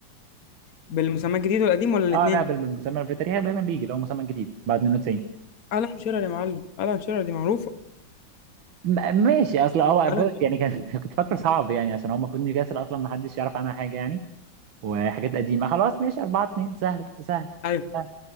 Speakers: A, on the left; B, on the right.
A: بالمسمى الجديد والقديم ولا الاثنين؟
B: اه لا بال- بالمسمى في تاريخ البريمير ليج اللي هو مسمى جديد بعد 92
A: الان شيرر يا معلم الان شيرر دي معروفة
B: م- ماشي اصل هو
A: الان
B: ب-
A: شيرر
B: يعني كان <laughs> كنت فاكره صعب يعني عشان هو المفروض نيوكاسل اصلا ما حدش يعرف عنها حاجة يعني وحاجات قديمة خلاص ماشي 4 2 سهل سهل
A: ايوه
B: سهل